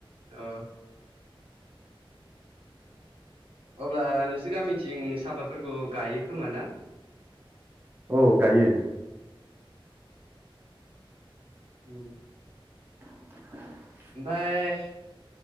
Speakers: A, on the right; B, on the right.
A: ओ अब्ला नोंसोर गामिथिं साफादफोरखौ गायो खोमा ना?
B: औ गायो।
A: उम
B: <inaudible>
A: ओमफ्राय